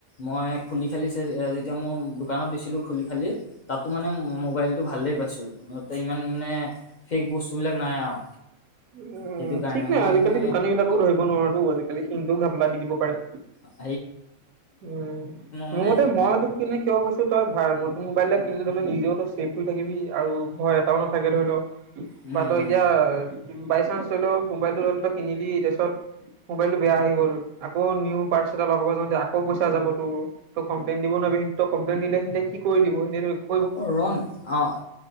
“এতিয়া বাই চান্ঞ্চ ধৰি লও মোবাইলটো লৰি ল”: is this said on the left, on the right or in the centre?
Right